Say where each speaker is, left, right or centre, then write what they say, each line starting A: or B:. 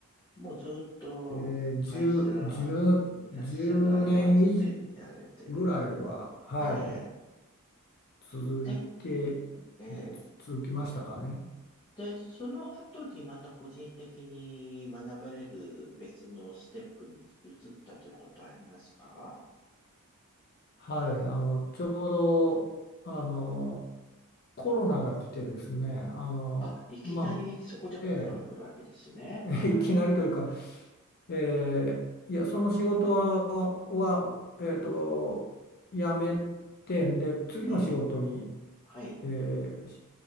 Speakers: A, on the left; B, on the left.
A: う。もうずっと会社
B: えー、10、
A: にいらっしゃる間はずっとややられてる。
B: 1年以上ぐらいは、はい、
A: ええ。
B: 続いて、
A: で、ええ。
B: で、続きましたかね。
A: で、その後にまた個人的に学ばれる別のステップに移ったということはありますか
B: はい、あの、ちょうど、あの、コロナが来てですね、あの、
A: あ、いきなりそこでコロナが来るわけですね。
B: まあ、ええ
A: はい。
B: <laughs> いきなりというか、ええいや、その仕事は、はえっと、辞めて、で、次の仕事に
A: ええ。はい。
B: えーし